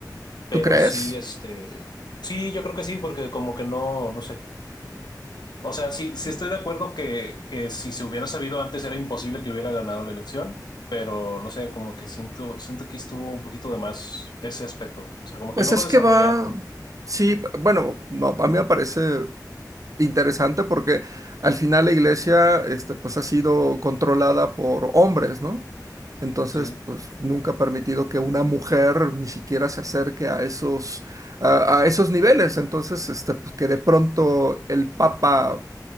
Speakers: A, on the left; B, on the right.
A: Pero
B: ¿Tú crees?
A: sí, este, sí, yo creo que sí, porque como que no, no sé. O sea, sí,
B: Sí.
A: sí estoy de acuerdo que, que si se hubiera sabido antes era imposible que hubiera ganado la elección, pero no sé, como que siento, siento que estuvo un poquito de más ese aspecto. O sea, como que
B: Pues
A: no
B: es
A: lo desarrollaron.
B: que va, sí, p- bueno, no, a mí me parece interesante porque al final la iglesia, este, pues ha sido controlada por hombres, ¿no? Entonces,
A: Sí,
B: pues nunca ha permitido que una mujer ni siquiera se acerque a esos, a, a esos niveles. Entonces, este, pues que de pronto el papa